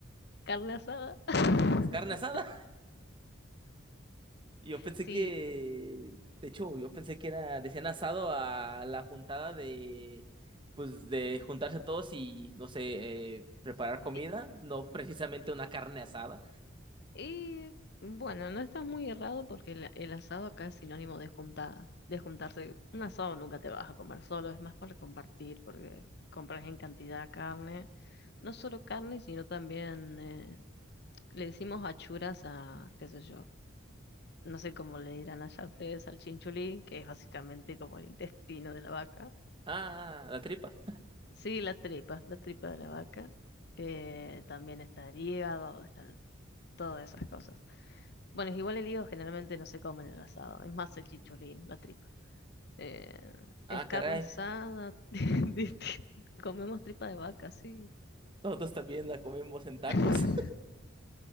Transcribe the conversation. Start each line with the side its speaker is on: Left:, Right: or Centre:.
Left: Carne asada. <laughs>
Right: ¿Es carne asada? Yo pensé
Left: Sí.
Right: que, de hecho, yo pensé que era, decían asado a la juntada de, pues, de juntarse todos y, no sé, eh, preparar comida,
Left: Y,
Right: no precisamente una carne asada.
Left: y, bueno, no estás muy errado porque el, el asado acá es sinónimo de juntada. De juntarse. Un asado nunca te vas a comer solo, es más para compartir porque compras en cantidad carne. No solo carne, sino también eh, le decimos achuras a, qué sé yo. no sé cómo le dirán allá ustedes al chinchulí, que es básicamente como el intestino de la vaca.
Right: Ah, ah, la tripa.
Left: Sí, la tripa, la tripa de la vaca. Eh, también está el hígado, están todas esas cosas. Bueno, es igual el hígado generalmente no se come en el asado, es más el chicholín, la tripa. Eh,
Right: Ah,
Left: es carne
Right: caray.
Left: asada, <laughs> disti- comemos tripa de vaca, sí.
Right: Nosotros también la comemos en tacos.
Left: <laughs>
Right: <laughs>